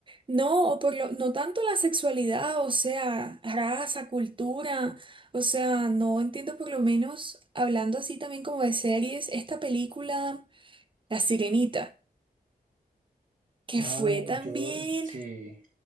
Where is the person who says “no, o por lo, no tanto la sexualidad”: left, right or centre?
Right